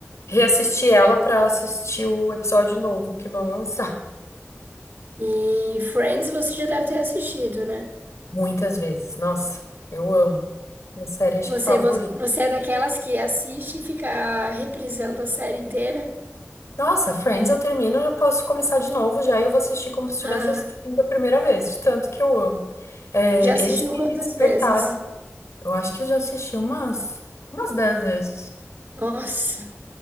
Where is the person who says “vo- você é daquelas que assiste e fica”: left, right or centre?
Right